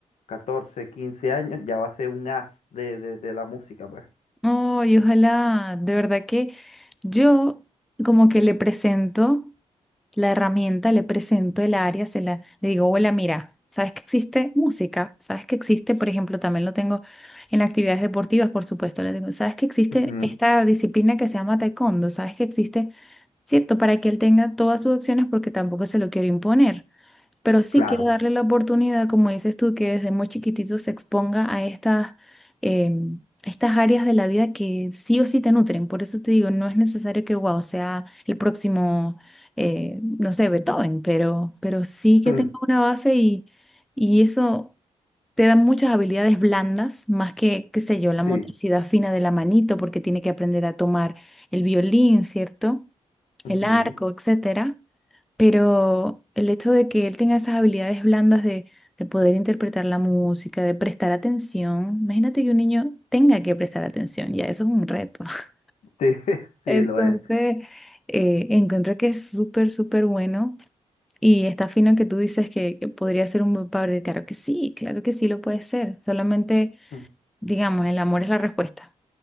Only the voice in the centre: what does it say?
no, y ojalá, de verdad que yo como que le presento. la herramienta, le presento el área, se la, le digo, hola, mira, ¿sabes que existe música? ¿Sabes que existe, por ejemplo, también lo tengo en actividades deportivas, por supuesto, le digo, ¿sabes que existe
esta disciplina que se llama taekwondo? ¿Sabes que existe, cierto, para que él tenga todas sus opciones porque tampoco se lo quiero imponer? Pero sí
quiero darle la oportunidad, como dices tú, que desde muy chiquitito se exponga a estas, em, a estas áreas de la vida que sí o sí te nutren. Por eso te digo, no es necesario que, wow, sea el próximo, eh, no sé, Beethoven, pero, pero sí que
tenga una base y, y eso te da muchas habilidades blandas, más que, qué sé yo, la motricidad
fina de la manito, porque tiene que aprender a tomar el violín, ¿cierto?
el arco, etcétera, pero el hecho de que él tenga esas habilidades blandas de, de poder interpretar la música, de prestar atención, imagínate que un niño tenga que prestar atención, ya eso es un reto. <laughs>
Entonces,
eh, encuentro que es súper, súper bueno y está fino que tú dices que, que podría ser un buen padre. Claro que sí, claro que sí lo puede ser. Solamente,
digamos, el amor es la respuesta.